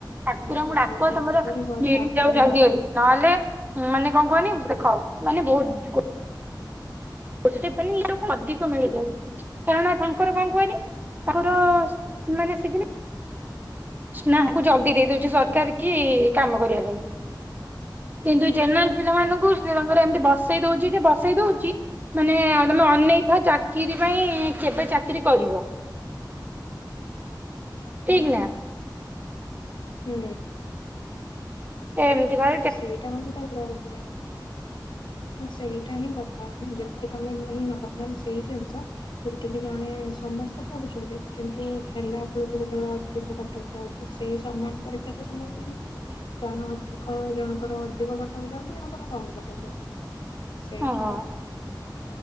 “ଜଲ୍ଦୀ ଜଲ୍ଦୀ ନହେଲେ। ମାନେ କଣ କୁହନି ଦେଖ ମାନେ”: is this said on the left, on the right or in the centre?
Right